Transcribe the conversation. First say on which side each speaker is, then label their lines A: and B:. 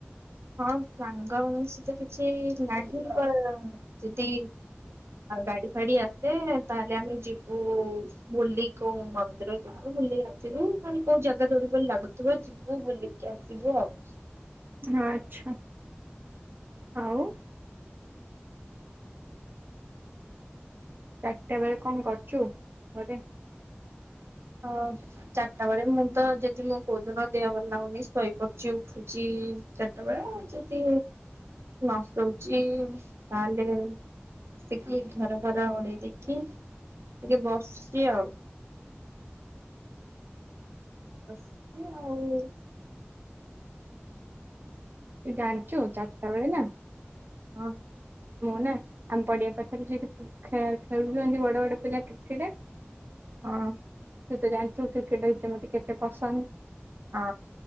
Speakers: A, on the right; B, on the right.
A: ହଁ ସାଙ୍ଗ ଅନୁସିତ କିଛି ନାହିଁ ଯଦି ଗାଡି ଫାଡି ଆସେ ତାହେଲେ ଆମେ ଯିବୁ ବୁଲି କୋଉ ମନ୍ଦିର ଯିବୁ ବୁଲିକ ଆସିବୁ ଖହ କୋଉ ଜାଗା ଦୌଡିବ ଲାଗୁଥିବ ଯିବୁ ବୁଲିକି ଆସିବୁ ଆଉ
B: ହ ଆଚ୍ଛା ଆଉ ଚାରିଟା ବଳେ କଣ କରଛୁ ଘରେ
A: ହଁ ଚାରିଟା ବେଳେ ମୁଁ ତ ଯଦି ମୋ ଭୋଜନ ଦିହବାର ଲାଗୁନି ଶୋଇପଡୁଛି ଉଠୁଛି ଚାରିଟା ବେଳେଉ ଯଦି ନଷ୍ଟ ହଉଛି ତାହେଲେ ଆସିକି ଘର ଘର ଓଡ଼େଇ ଦେଇକି ଟିକେ ବସଛି ଆଉ ବସ୍ ଆଉ
B: ତୁ ଜଣିଛୁ ଚାରଟା ବେଳେ ନା
A: ହଁ
B: ମୁଁ ନା ଆମ ପଡିଆ ପାଖରେ ସେଠି ଖେଳୁଛନ୍ତି ବଡ ବଡ ପିଲା କ୍ରିକେଟ
A: ହଁ
B: ତୁ ତ ଜାଣିଥୁ କ୍ରିକେଟ ଭିତେ ମତେ କେତେ ପସନ୍ଦ
A: ହଁ